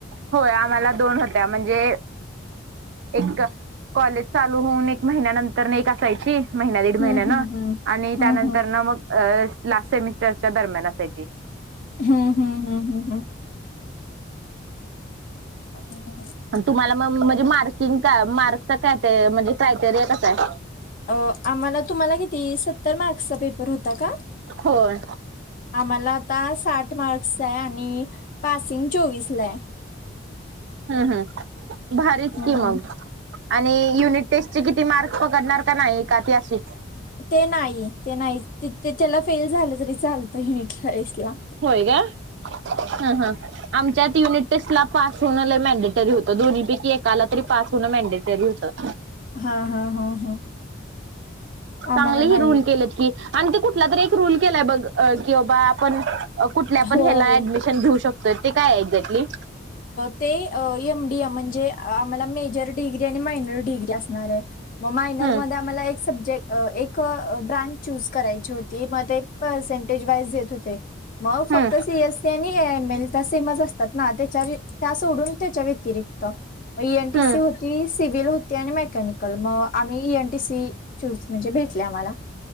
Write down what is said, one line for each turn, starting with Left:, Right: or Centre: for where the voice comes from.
Right: होय, आम्हाला दोन होत्या म्हणजे एक कॉलेज चालू होऊन एक महिन्यानंतर न एक असायची. महिन्या, दीड महिन्यान
Left: हम्म हम्म हम्म.
Right: आणि त्यानंतर
Left: हम्म हम्म.
Right: ना मग अं लास्ट सेमिस्टरच्या दरम्यान असायची.
Left: हं हं हं हं हं. <inaudible>
Right: तुम्हाला म्हणजे मार्किंग का मार्कचा काय म्हणजे क्रायटेरिया कसा आहे?
Left: अ आम्हाला तुम्हाला किती सत्तर मार्क्सचा पेपर होता का?
Right: होय
Left: आम्हाला आता साठ मार्क्सचाय आणि पासिंग चोवीसलाय.
Right: हम्म हं, भारीच
Left: हम्म.
Right: की मग आणि युनिट टेस्ट चे किती मार्क पकडणार? का नाही का ते अशीच?
Left: ते नाही ते नाही त्याच्याला फेल झालं तरी चालतंय युनिट टेस्टला.
Right: होय का? हं हं. आमच्यात युनिट टेस्ट ला पास होण लई मॅडेटरी होतं. दोन्ही पैकी एकाला तरी पास होणं मॅनडेटरी होतं.
Left: हा हा हा हा. आम्हाला
Right: चांगले ही
Left: नाही
Right: रूल केलेत की आणि ते कुठला तरी एक रूल केलाय बघ की, बाबा आपण कुठल्या पण
Left: होय.
Right: हेला ऍडमि मिशन घेऊ शकतोय ते काये एक्झॅक्टली?
Left: ते अ एम डी एम म्हणजे आम्हाला मेजर डिग्री आणि मायनर डिग्री असणार आहे, मग मायनरमध्ये
Right: हम्म
Left: आम्हाला एक सब्जेक्ट एक ब्रांच चूज करायची होती, मग ते पर्सेंटेज वाइज देत होते. मग फक्त
Right: हम्म
Left: सी एस सी आणि एम एल त सेमच असतात ना ते त्या सोडून त्याच्या व्यतिरिक्त एन
Right: हम्म
Left: टी सी होती. सिव्हिल होती आणि मेकॅनिकल, मग आम्ही E N T C choose म्हणजे भेटले आम्हाला.